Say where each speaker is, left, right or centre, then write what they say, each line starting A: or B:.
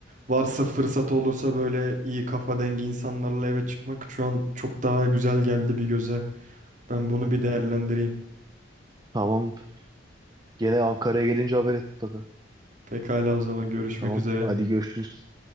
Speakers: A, on the right (about 40°); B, on the right (about 20°).
A: Varsa fırsat olursa böyle iyi kafa dengi insanlarla eve çıkmak şu an çok daha güzel geldi bir göze. Ben bunu
B: <laughs>
A: bir değerlendireyim.
B: Tamam. Gene Ankara'ya gelince haber et mutlaka.
A: Pekala o zaman görüşmek
B: Tamam.
A: üzere.
B: Hadi görüşürüz.